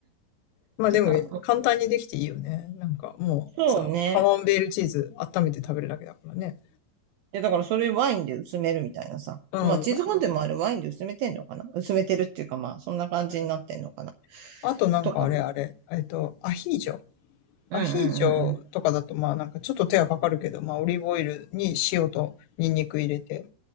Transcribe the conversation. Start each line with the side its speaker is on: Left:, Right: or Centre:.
Right: <laughs>
Left: まあでも、
Right: とか。
Left: 簡単にできていいよね。なんかもうさ、
Right: そうね。
Left: カマンベールチーズ温めて食べるだけだからね。
Right: や、だからそれワインで薄めるみたいなさ。
Left: うん、
Right: まあ、チーズフォンデュもあれワインで薄めてんのかな薄めてるっていうか、
Left: まあ
Right: まあ、そんな感じになってんのかな
Left: うんあとなんかあれあれ、
Right: とか。
Left: えっと、アヒージョ。
Right: うんうんうんうん。
Left: アヒージョとかだとまあなんかちょっと手はかかるけど、まあオリーブオイルに塩とニンニク入れて、